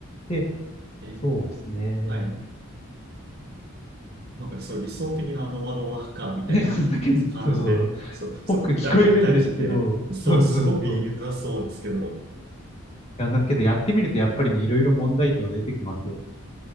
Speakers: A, on the left; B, on the right.
A: で、
B: えー。
A: そうですね。
B: はい。なんかねそう理想的なノマドワーカーみたいな感じで、
A: <laughs> だけど、そう。
B: そう、そう、
A: 僕聞こえるんですけど、
B: いや、ゆったりしてて、そう、
A: そうそうそう。
B: すごくいいづらそうですけど、
A: いや、なんかけどやってみるとやっぱりね、いろいろ問題点は出てきますよ。